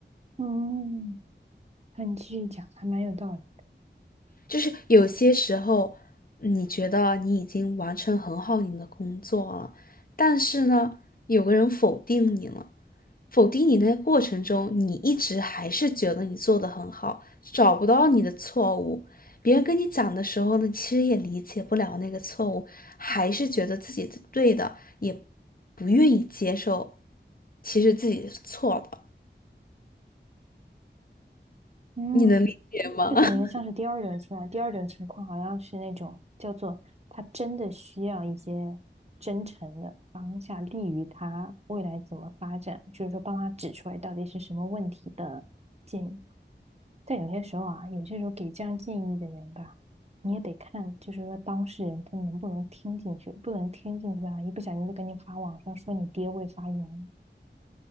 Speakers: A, on the right; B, on the left.
A: 嗯，那你继续讲，还蛮有道理。
B: 就是有些时候，你觉得你已经完成很好你的工作了，但是呢，有个人否定你了，否定你那个过程中，你一直还是觉得你做得很好，找不到你的错误。别人跟你讲的时候呢，其实也理解不了那个错误，还是觉得自己是对的，也不愿意接受，其实自己是错的。
A: 嗯。
B: 你能理解吗？
A: 就感觉像是第二种情况，
B: <laughs>
A: 第二种情况好像是那种叫做他真的需要一些真诚的当下利于他未来怎么发展，就是说帮他指出来到底是什么问题的建议。但有些时候啊，有些时候给这样建议的人吧，你也得看，就是说当事人他能不能听进去，不能听进去啊，一不小心就赶紧发网上说你爹未发言。